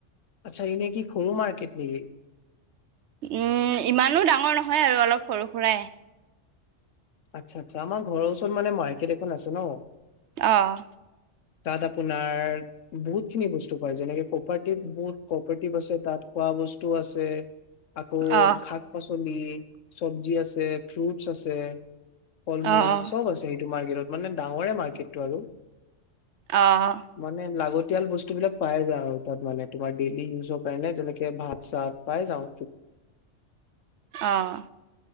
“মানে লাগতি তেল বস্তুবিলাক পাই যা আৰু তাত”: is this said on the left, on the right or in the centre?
Left